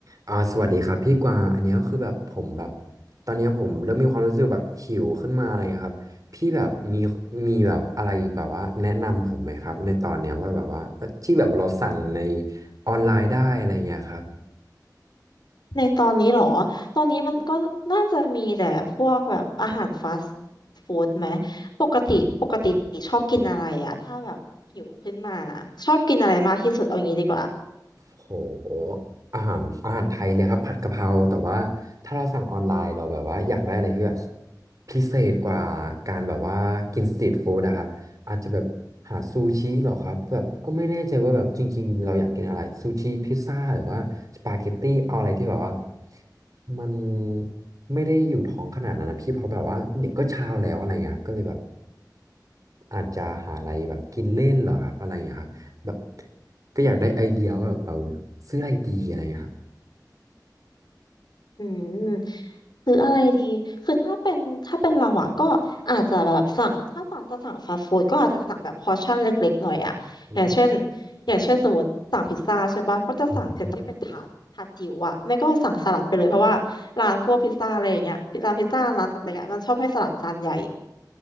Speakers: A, on the right; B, on the left.
A: อ่าสวัสดีครับพี่กวางอันเนี้ยคือแบบผมแบบตอนเนี้ยผมเริ่มมีความรู้สึกแบบหิวขึ้นมาอะไรเงี้ยครับพี่แบบมีมีแบบอะไรแบบว่าแนะนำผมไหมครับในตอนเนี้ยว่าแบบว่าเอ่อที่แบบเราสั่งในออนไลน์ได้อะไรเงี้ยครับ
B: ในตอนนี้เหรอ ตอนนี้มันก็น่าจะมีแต่พวกแบบอาหารฟาสต์ฟู้ดไหม ปกติปกติชอบกินอะไรอะถ้าแบบหิวขึ้นมาชอบกินอะไรมากที่สุดเอางี้ดีกว่า
A: โหอาหารอาหารไทยเนี่ยครับผัดกะเพราแต่ว่าถ้าเราสั่งออนไลน์เราแบบว่าอยากได้อะไรที่แบบพิเศษกว่าการแบบว่ากินสตรีทฟู้ดอะครับอาจจะแบบหาซูชิเหรอครับแบบก็ไม่แน่ใจว่าแบบจริงๆเราอยากกินอะไรซูชิพิซซ่าหรือว่าสปาเกตตี้เอาอะไรที่แบบว่ามันไม่ได้อยู่ท้องขนาดนั้นนะพี่เพราะแบบว่าเดี๋ยวก็เช้าแล้วอะไรอย่างเงี้ยครับก็เลยแบบ อาจจะหาอะไรแบบกินเล่นเหรอครับอะไรอย่างเงี้ยครับแบบก็อยากได้ไอเดียว่าแบบเราซื้ออะไรดีอะไรอย่างเงี้ยครับ
B: อืมซื้ออะไรดีคือถ้าเป็นถ้าเป็นเราอ่ะก็อาจจะแบบสั่งถ้าสั่งจะสั่งฟาสต์ฟู้ดก็อาจจะสั่งแบบพอร์ชั่นเล็กๆหน่อยอ่ะอย่างเช่น
A: อื
B: อย่างเช่นสมมติสั่งพิซซ่าใช่ปะก็จะสั่งเซตที่เป็นถาดถาดจิ๋วอ่ะไม่ก็สั่งสลัดไปเลยเพราะว่าร้านพวกพิซซ่าอะไรอย่างเงี้ยร้านพิซซ่าร้านสเต็กอะมันชอบให้สลัดจานใหญ่
A: ม